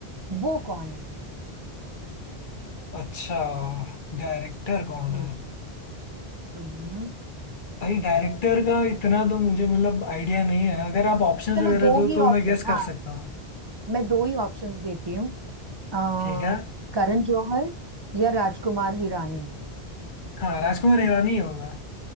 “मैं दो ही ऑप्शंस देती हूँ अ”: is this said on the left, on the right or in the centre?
Right